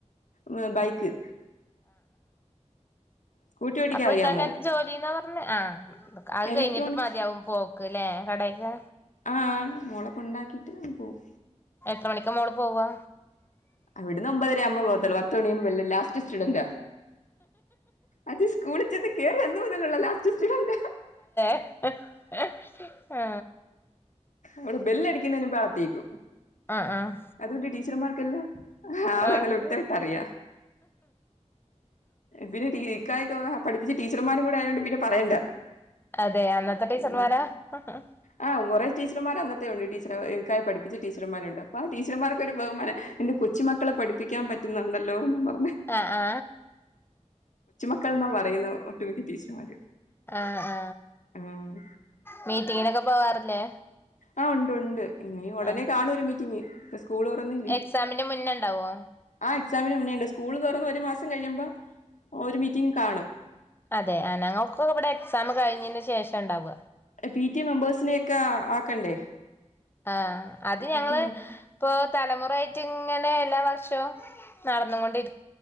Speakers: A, on the left (about 85°); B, on the left (about 20°).
A: മ് ബൈക്ക്. സ്കൂട്ടി ഓട്ടിക്കാൻ
B: അപ്പൊക്കാക്കെന്ത്
A: അറിയാമോ
B: ജോലിന്ന പറ പിന്നെ ആ അത്
A: ഇലക്ട്രോണിക്സ്
B: കഴിഞ്ഞിട്ട് മതിയാവും പോക്ക് ല്ലേ കടെക്ക്?
A: ആ മോളക്കൊണ്ടാക്കിട്ട് അത് പോവും.
B: എത്ര മണിക്ക മോള് പോവാ?
A: അവിടുന്ന് ഒമ്പരകുമ്പോ പോവത്തൊള്ളൂ പത്തമണിയുമ്പോ ബെൽ ലാസ്റ്റ് സ്റ്റുഡന്റ. അത് സ്‌കൂളി ചെന്ന്കേറി അന്ന മുതലുള്ള ലാസ്റ്റ് സ്റ്റുഡന്റ.
B: ഹാ.
A: വിടെ ബെല്ലടിക്കുന്നതിന് മുമ്പത്തേക്കും.
B: ആഹ് ആഹ്
A: അതുകൊണ്ടി ടീച്ചർമാർക്കല്ല ആളെ
B: ആഹ്
A: നല്ല വ്യക്തായിട്ട് അറിയാ. പിന്നെ ടീ ഇക്കാക്കെ പഠിപ്പിച്ച ടീച്ചർമാരും കൂടെ ആയൊണ്ട് പിന്നെ പറയണ്ട.
B: അതെ അന്നത്തെ ടീച്ചർമാരാ
A: ഉം
B: ആഹ്
A: ആ കുറെ ടീച്ചർമാർ അന്നത്തേ ഉണ്ട് എനിക്കായി പഠിപ്പിച്ച ടീച്ചർമാരുണ്ട് അപ്പ ടീച്ചർമാർക്കൊരു ബഹുമാനം എന്റെ കൊച്ചുമക്കളെ പഠിപ്പിക്കാൻ പറ്റുന്നുണ്ടല്ലോന്ന് പറഞ്ഞ്
B: ആ ആ
A: മക്കള്ന്ന പറയുന്നെ ഒട്ടുമിക്ക ടീച്ചർമാര്
B: ആ ആ
A: ആഹ്
B: മീറ്റിങ്ങിനൊക്കെ പോവാറില്ലേ
A: ആ ഉണ്ട് ഉണ്ട് ഇനി ഉടനെ
B: ആഹ്
A: കാണും ഒരു മീറ്റിംഗ് സ്കൂള് തുറന്നില്ലേ
B: എക്സാമിന്റെ മുന്നേ ഉണ്ടാവോ
A: ആ എക്സാമിന് മുന്നേ ഇണ്ട് സ്കൂള് തുറന്ന് വെ ഒരു മാസം കഴിയുമ്പോ ഒരു മീറ്റിംഗ് കാണും
B: അതെ ആ ഞങ്ങൾക്ക് ഇവിടെ എക്സാം കഴിഞ്ഞന് ശേഷം ഉണ്ടാവ
A: പി ടി എ മെമ്പേഴ്സിനെ ഒക്കെ ആക്കണ്ടേ
B: ആ അത്
A: പി
B: ഞങ്ങള്
A: ടി മ
B: ഇപ്പൊ തലമുറായിട്ടും ഇങ്ങനെ എല്ലാ വർഷവും പോ നടന്നുകൊണ്ടിരിക്ക